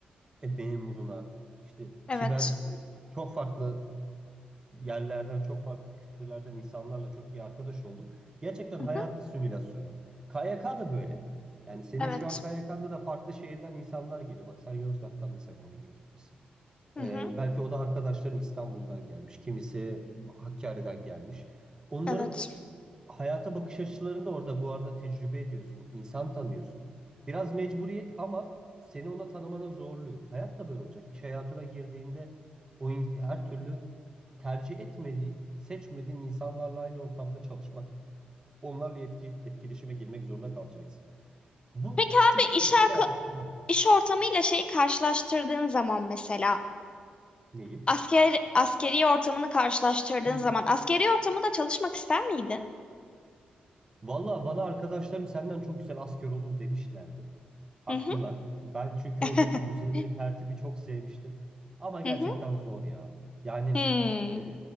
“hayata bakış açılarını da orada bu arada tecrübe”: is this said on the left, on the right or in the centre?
Right